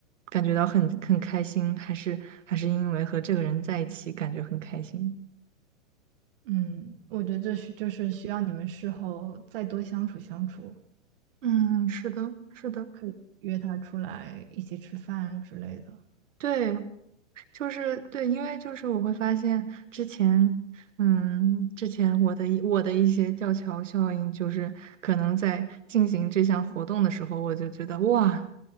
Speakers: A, on the right; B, on the right.
A: 感觉到很很开心，还是还是因为和这个人在一起感觉很开心。
B: 嗯，我觉得这是就是需要你们事后再多相处相处，
A: 嗯，是的，是的，
B: 可以约他出来一起吃饭之类的。
A: 对。就是对，因为就是我会发现之前，嗯，之前我的一我的一些吊桥效应，就是可能在进行这项活动的时候，我就觉得哇，